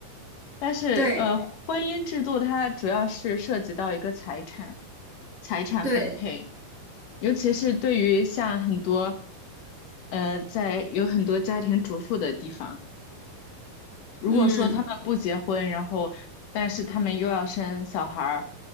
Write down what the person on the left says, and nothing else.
但是呃，
婚姻制度它主要是涉及到一个财产、财产分配，
尤其是对于像很多呃，在有很多家庭主妇的地方，如果说他们不结婚，
然后但是他们又要生小孩儿，